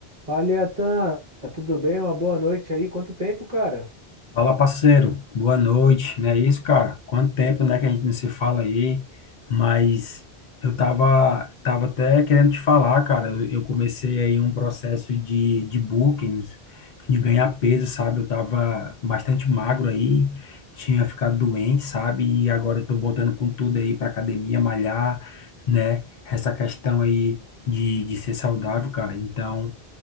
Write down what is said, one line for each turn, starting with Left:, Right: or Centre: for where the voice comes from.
Right: Fala, Iatan, tudo bem? Uma boa noite aí. Quanto tempo, cara?
Left: Fala, parceiro. Boa noite. Não é isso, cara? Quanto tempo, né, que a gente não se fala aí? Mas eu tava, tava até querendo te falar, cara. Eu, eu comecei aí um processo de, de bookings, de ganhar peso, sabe? Eu tava bastante magro aí, tinha ficado doente, sabe? E agora eu tô voltando com tudo aí pra academia, malhar, né? Essa questão aí de, de ser saudável, cara. Então.